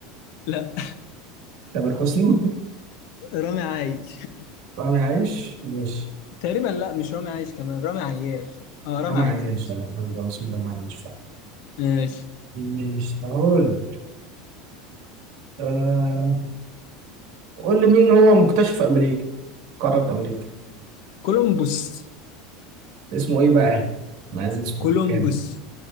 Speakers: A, on the left; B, on the right.
A: لا
B: تامر حسني <laughs>
A: رامي عايش
B: فاهم عايش ماشي
A: تقريبا لا مش رامي عايش كمان رامي عياش اه رامي
B: لا معيش
A: عياش
B: آه، بسم الله معيش فعلا
A: ماشي
B: ماشي هقول لك أه... قول لي مين هو مكتشف في امريكا قارة امريكا
A: كولومبوس
B: اسمه ايه بقى انا عايز اسمه
A: كولومبوس
B: كامل